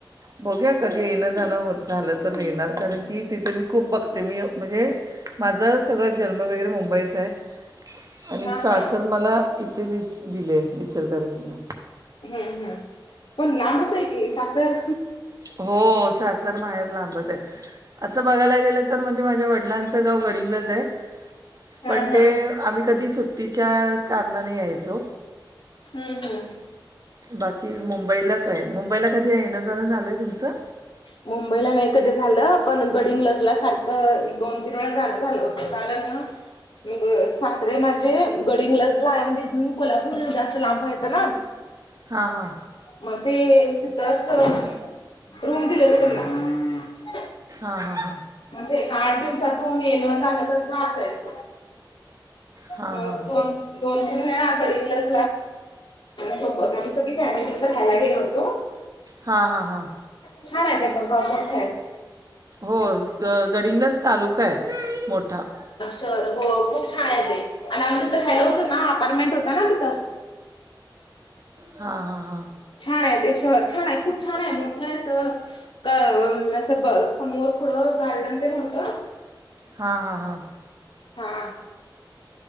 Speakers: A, on the right; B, on the left.
A: बोघ्या कधी येणं जाणं हो झालं तर नणार कारण की तिथे मी खूप बघते मी म्हणजे माझा सगळा जन्म वगैरे मुंबईचा आहे आणि
B: हा
A: सासर
B: हा
A: मला इे दिस दिलेय इचलकरंजीला
B: हम्म हम् पण लांबच आहे की सासर?
A: हो सासर माहेर लांबच आहे. असं बघायला गेलं तर म्हणजे माझ्या वडिलांचं गाव गणिंगलंच आहे.
B: हा
A: पण
B: हा
A: ते
B: हम्म
A: आम्ही कधी सुट्टीच्या कारणाने यायचो.
B: हम् हम्
A: बाकी मुंबईलाच आहे मुंबईला कधी येनंजणं झालंय तुमचं?
B: मुंबईला नाही कधी झालं पण गडीन लजल्यासारखं दोन तीन वेळा जाणं झाल. कारण मग सासरे माझे गडंगला ला म्हणजे इथून कोल्हापूरऊ जास्त लांब व्हायचं ना.
A: हा हा
B: मग ते तधच रूम दिले होते त्यांना
A: हां हां हां
B: म्हणजे आठ दिवसातून येलं झालं त्यांच असायच.
A: हां
B: म
A: हां हां
B: दोन तीन वेळाडलाग सोबत आम्ही सग फॅमिली ट्रीपर राहायला गेलो होतो.
A: हां हां हां
B: छान आहेत ते पण मोठा आहे.
A: हो ग गडिंगलाच तालुका आहे मोठा.
B: स हो खूप छान आहे ते आणि आम् तिथं रायला होतं ना अपार्टमेंट होत ना तिथं
A: हा हा हा
B: छान आहे ते शहर छान आहे खूप छान आहे मोठं अस असं ब समोर पुथडं गार्डन ते होतं
A: हा हा हां
B: हा